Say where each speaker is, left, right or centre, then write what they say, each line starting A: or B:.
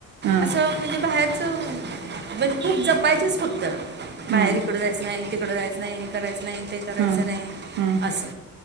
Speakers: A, on the right (about 65°); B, on the right (about 30°).
A: हं,
B: असं. म्हणजे बाहेरच म्हणजे खूप जपायचं फक्त. बाहेर
A: हं,
B: इकडं जायचं नाही तिकडं जायच नाही हे करायचं नाही ते. करायचं
A: हं,
B: नाही
A: हं.
B: असं